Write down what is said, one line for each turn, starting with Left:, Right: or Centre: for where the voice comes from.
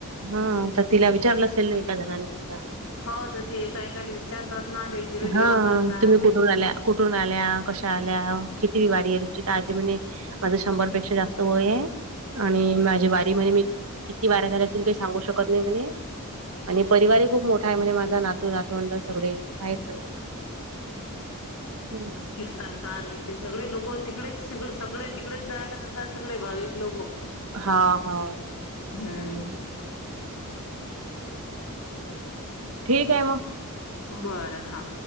Right: हा, तर तिला विचारलं असेल ना एका घराने सुद्धा.
Left: हो तर ते एका एकाला विचारतात ना त्याचे व्हिडिओ
Right: हा
Left: काढतात.
Right: तुम्ही आल्या कुठून आल्या, कशा आल्या, किती विवारी आहे तुमची तजी म्हणे. माझ शंभरपेक्षा जास्त वय आहे. आणि माझी वारी म्हणे मी किती वाऱ्या झाल्या असल काही सांगू शकत नाही म्हणे. आणि परिवार खूप मोठा आहे म्हणजे माझा नातू, नातवंड सगळे आहेत. हम्म.
Left: कीर्तनकार हे ते सगळे लोक तिकडेच सळे-सगळे तिकडेच जायला जातात सगळे भाविक लोक.
Right: हा हा.
Left: हम्म.
Right: ठीक आहे मग.
Left: बरं हा